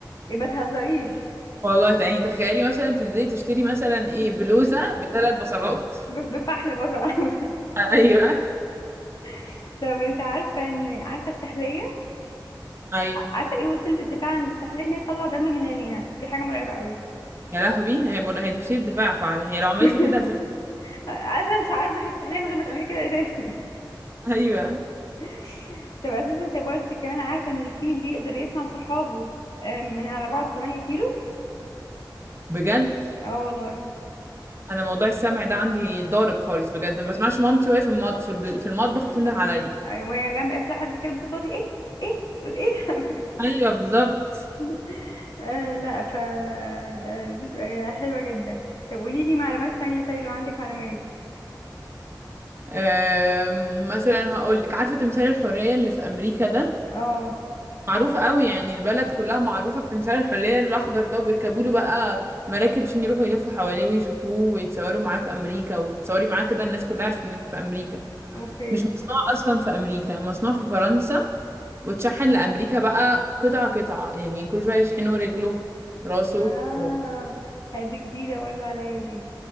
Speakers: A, on the left; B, on the right.
A: إيه، ما تهزريش
B: والله ت- يعني تخيلي مثلا تنزلي تشتري مثلا ايه
A: <laughs>
B: بلوزة بثلاث بصلات
A: ب- بفحل بصل
B: ايوه
A: <laughs> طب انت عارفه ان عارفه السحليه
B: ايوه
A: عارفه ايه وسيله الدفاع عند السحليه ان هي تطلع دم من عينيها دي حاجه مرعبه قوي
B: يا لهوي هي مر... هي تفسير الدفاع فعلا هي لو عملت
A: <laughs>
B: لي كده هسيبها
A: اصلا مش عارف ناحيه السحليه من غير ما تعملي كده اساسا
B: ايوه
A: <laughs> طب اساسا انت برضه كمان عارفه ان الفيل اللي يقدر يسمع صحابه آه، من على بعد 8 كيلو
B: بجد
A: اه والله
B: انا موضوع السمع ده عندي ضارب خالص بجد ما بسمعش مامتي وهي في المط... في الب- في المطبخ بتنده
A: ب...
B: عليا
A: وهي جنبي اساسا لو حد بيتكلم بصوت واطي ايه ايه تقول ايه
B: ايوه بالظبط
A: <laughs> آه لا ف آه، دي تبقى حلوة جدا طب قولي لي معلومات تانية طيب لو عندك معلومات
B: أم... مثلا هقول لك عارفة تمثال الحرية اللي في امريكا ده
A: اه
B: معروفة قوي يعني البلد كلها معروفة بتمثال الحلية الأخضر ده وبيركبوا له بقى مراكب عشان يروحوا يلفوا حواليه ويشوفوه ويتصوروا معاه في أمريكا وتصوري معاه كده الناس كلها عرفت إنك في أمريكا
A: اوكي
B: مش مصنوع أصلا في أمريكا مصنوع في فرنسا وتشحن لأمريكا بقى قطعة قطعة يعني كل شوية يشحنوا رجله راسه
A: اه
B: و...
A: لا، دي جديدة برضه عليا دي